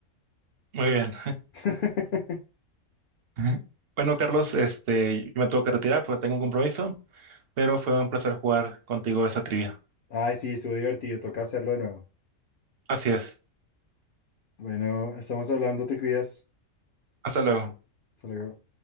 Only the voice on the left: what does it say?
<laughs>
Ay, sí, estuvo divertido. Toca hacerlo de nuevo.
Bueno, estamos hablando, te cuidas.
Hasta luego.